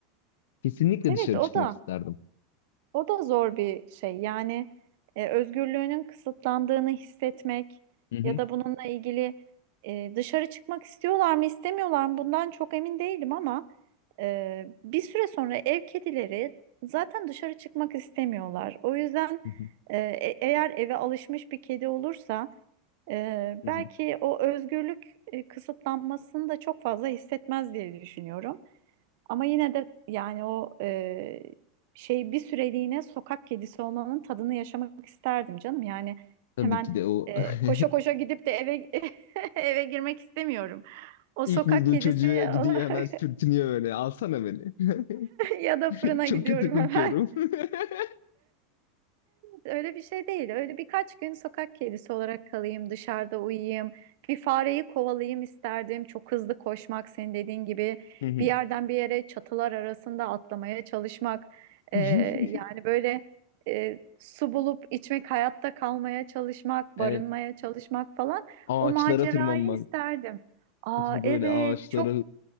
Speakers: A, on the left; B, on the right.
A: Kesinlikle
B: Evet
A: dışarı
B: o
A: çıkmak
B: da
A: isterdim.
B: o da zor bir şey. Yani e, özgürlüğünün kısıtlandığını hissetmek
A: Hı hı.
B: ya da bununla ilgili e, dışarı çıkmak istiyorlar mı istemiyorlar mı bundan çok emin değilim ama e, bir süre sonra ev kedileri zaten dışarı çıkmak istemiyorlar. O yüzden
A: Hı hı.
B: e, e- eğer eve alışmış bir kedi olursa Ee,
A: Hı
B: belki
A: hı.
B: o özgürlük e, kısıtlanmasını da çok fazla hissetmez diye düşünüyorum. Ama yine de yani o e, şey bir süreliğine sokak kedisi olmanın tadını yaşamak isterdim canım. Yani
A: Tabii
B: hemen
A: ki de o
B: e,
A: <laughs>
B: koşa koşa gidip de eve <laughs> eve girmek istemiyorum. O
A: İlk
B: sokak
A: bulduğu
B: kedisi
A: çocuğa gidiyor
B: <laughs>
A: hemen sürtünüyor böyle. Alsana beni. <laughs>
B: ya da
A: <laughs>
B: fırına
A: Çok
B: gidiyorum
A: kötü kokuyorum.
B: hemen.
A: <laughs>
B: Öyle bir şey değil. Öyle birkaç gün sokak kedisi olarak kalayım, dışarıda uyuyayım. Bir fareyi kovalayayım isterdim. Çok hızlı koşmak, senin dediğin gibi
A: Hı hı.
B: bir yerden bir yere çatılar arasında atlamaya çalışmak.
A: <laughs>
B: Ee, yani böyle e, su bulup içmek, hayatta kalmaya çalışmak,
A: Evet,
B: barınmaya çalışmak falan.
A: ağaçlara
B: O macerayı
A: tırmanman.
B: isterdim. Aa
A: Fıtı fıtı
B: evet,
A: böyle ağaçlara,
B: çok